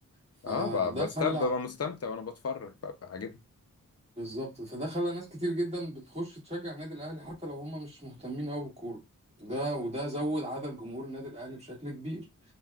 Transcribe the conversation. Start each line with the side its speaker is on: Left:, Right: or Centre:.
Right: فده
Left: اه ب- بستب
Right: خلى
Left: ببقى مستمتع وانا بتفرج فعجبني
Right: بالظبط فده خلى ناس كتير جدا بتخش تشجع النادي الاهلي حتى لو هم مش مهتمين قوي بالكوره ده وده زود عدد جمهور النادي الاهلي بشكل كبير